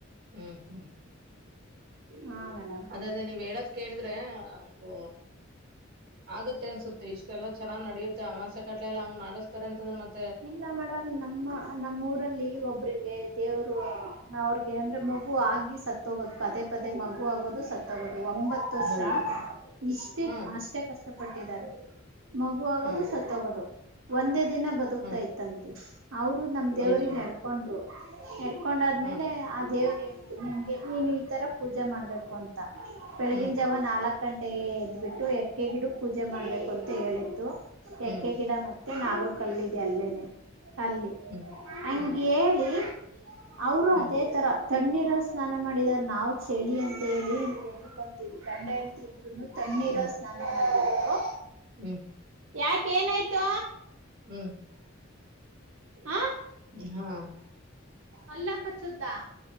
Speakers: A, on the right (about 50°); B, on the right (about 80°).
A: ಹ್ಮ್, ಹ್ಮ್
B: ಹಾ ಮೇಡಮ್
A: ಅದ ಅದೇ ನೀವ್ ಹೇಳದ್ ಕೇಳಿದ್ರೆ. ಒಂದು, ಆಗತ್ತೆ ಅನ್ಸುತ್ತೆ ಇಷ್ಟೆಲ್ಲ ಚನ್ನಾಗ್ ನಡೆಯುತ್ತೆ ಆವಾಸ ಕಟ್ಲೆಲ್ಲ ಹಂಗ ಮಾಡಿಸ್ತಾರೆ ಅಂತಂದ್ರೆತ್ತೆ.
B: ಇಲ್ಲ ಮೇಡಮ್ ನಮ್ಮ ನಮ್ಮ ಊರಲ್ಲಿ ಒಬ್ರಿಗೆ ದೇವ್ರು ಅವ್ರಿಗೆ ಅಂದ್ರೆ, ಮ ಮ ಆಗಿ ಸತ್ತುಹೋಗೋಧು ಪದೇ ಪದೇ ಮಗು ಆಗೋದು ಸತ್ತೋಹೊಗೋದು. ಒಂಬತ್ತು ವರ್ಷ
A: ಅಯ್ಯೋ!
B: ಇಷ್ಟೇ
A: ಹ್ಮ್,
B: ಅಷ್ಟೇ ಕಷ್ಟಪಟ್ಟಿದ್ದಾರೆ. ಮಗು ಆಗೋದು
A: ಹ್ಮ್,
B: ಸತ್ತೋಗೋದು ಒಂದೇ ದಿನ ಬದುಕ್ತಾ
A: ಹ್ಮ್.
B: ಇತ್ತಂತ್ತೆ. ಅವರು ನಮ್ ದೇವ್ರ
A: ಅಯ್ಯೋ!
B: ನಡ್ಕೊಂಡರು. ನಡ್ಕೊಂಡ ಆದ್ಮೇಲೆ
A: ಹಾ
B: ಆ ದೇವ್ರ, ನಿಂಗೆ ನೀನು ಈ ತರ ಪೂಜೆ ಮಾಡ್ಬೇಕು ಅಂತ. ಬೆಳಗಿನ
A: ಹ್ಮ್,
B: ಜಾವ ನಾಲ್ಕ ಗಂಟೆ ಎದ್ಬಿಟ್ಟು ಎಕ್ಕೆ ಗಿಡಕೆ ಪೂಜೆ ಮಾಡ್ಬೇಕು ಅಂತ ಹೇಳಿತ್ತು.
A: ಹ್ಮ್,
B: ಎಕ್ಕೆ ಗಿಡ ಮತ್ತೆ, ಮತ್ತೆ ನಾಗ್ರ ಕಲ್ಲಿದೆ ಅಲ್ಲೇನೆ ಅಲ್ಲಿ
A: ಹ್ಮ್,
B: ಹಂಗ
A: ಹ್ಮ್,
B: ಹೇಳಿ. ಅವರು ಅದೇ
A: ಹ್ಮ್,
B: ತರ. ತಣ್ಣೀರಲ್ಲಿ ಸ್ನಾನ ಮಾಡಿದ ನಾವು ಚಳಿ ಅಂತೇಳಿ ಎದ್ರಕೊಂತೀವಿ ಗಂಡ ಹೆಂಡತಿ ಇಬ್ರುನು. ತಣ್ಣೀರ
A: ಹ್ಮ್,
B: ಸ್ನಾನ ಮಾಡ್ಬಟ್ರು.
A: ಹ್ಮ್.
B: ಯಾಕ ಏನಾಯ್ತು.
A: ಹ್ಮ್.
B: ಆ.
A: ಹಾ.
B: ಅಲ್ಲಗ ಕಚ್ಚ್ದ.